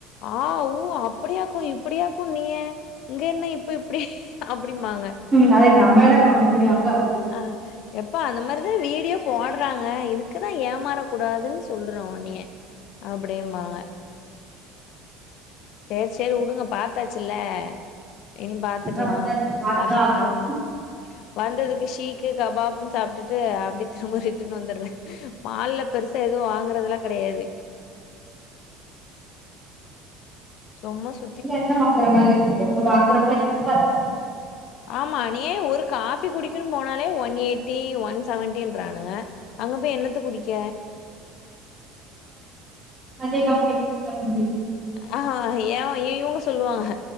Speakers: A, on the left (about 65°); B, on the right (about 20°).
A: ஆ உ அப்டியாக்கு இப்டியாக்குன்னியே இங்க என்ன இப்ப இப்டி அப்டிபாங்க
B: ம் அ அதுக்கு நம்ம என்ன பன்ன முடியு அக்காகு
A: ஆ எப்ப அந்த மாரிதா வீடியோ போடுறாங்க இதுக்குதா ஏமாறக்க கூடாதுன்னு சொல்றோ ஒன்னிய அப்டிம்பாங்க செர் செர் உடுங்க பாத்தாச்சுல்ல இனி பாத்துக்கலா
B: அதா வந்தாச்சே பாத்துதா ஆகணு
A: ஆமா வந்ததுக்கு ஷீக்கு கபாபுன்னு சாப்ட்டுட்டு அப்டி திரும்ப ரிட்டுன்னு வந்துற மால்ல பெருசா எதுவு வாங்கறதெலா கெடயாது சொம்மா சு
B: இல்ல என்ன வாங்குற மாரி இருக்கு வாங்குற மாரி இருக்காது
A: ஆமா அணியாய ஒரு காஃபி குடிக்கணனு போனாலே ஒன் எயிட்டி ஒன் செவன்டின்ரானுங்க அங்க போய் என்னத்த குடிக்க
B: அதே காபி வீட்டுல குடிச்சா <unintelligible>
A: அஹ அ ஏ இவுங்க சொல்லுவாஹ